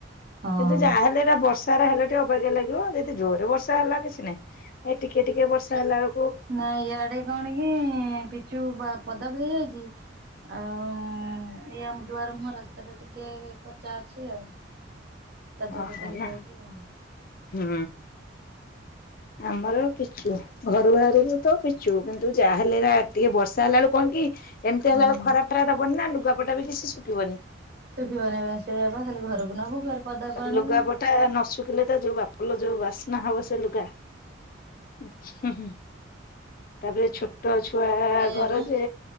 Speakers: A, on the right (about 55°); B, on the left (about 50°).
A: ହଁ।
B: କିନ୍ତୁ ଯାହାହେଲେ ପୁରା ବର୍ଷାରେ ହେଲେ ଟିକେ ଅବାଗିଆ ଲାଗିବ। ଯଦି ଜୋରରେ ବର୍ଷା ହେଲା କିଛି ନାଇଁ, ଏ ଟିକେ ଟିକେ ବର୍ଷା ହେଲା ଅ
A: ନାଇ ଇଆଡେ କଣ କି, ପିଚୁ ବା ପଦାକୁ ହେଇ ଯାଇଛି। ଆଉ ଏ ଆମ ଦୁଆର ମୁହଁ ରାସ୍ତାଟା ଟିକେ କଚା ଅଛି ଆଉ। କାଦୁଅ
B: ଓହୋ
A: ଫାଦୁଅ ହେଇଯାଉଛି
B: ନା।
A: ଆଉ
B: ହୁଁ ଆମର ପିଚୁ, ଘରୁ ବାହାରିବୁ ତ ପିଛୁ, କିନ୍ତୁ ଯାହା ହେଲେ ଆଜି ଟିକେ ବର୍ଷା ହେଲା ବେଳକୁ କଣ କି, ଏମିତି
A: ହୁଁ।
B: ହେଲାବେଳକୁ ଖରା ଫରା ଦବନି ନା, ଲୁଗାପଟା ବି କିଛି ଶୁଖିବନି।
A: ଶୁଖିବନି ସେ, ଖାଲି ଘରକୁ ନବୁ ଫେର୍ ପଦାକୁ ଆଣିବୁ
B: ଲୁଗା ପଟା ନ ଶୁଖିଲେ ତ ଜଉ ବାପଲ ଜଉ ବାସ୍ନା ହବ ସେ ଲୁଗା। ହୁଁ ହୁଁ, ତାପରେ ଛୋଟ ଛୁ ଛୁଆ
A: ସେଇଆ
B: ଘର
A: ବା।
B: ଯେ,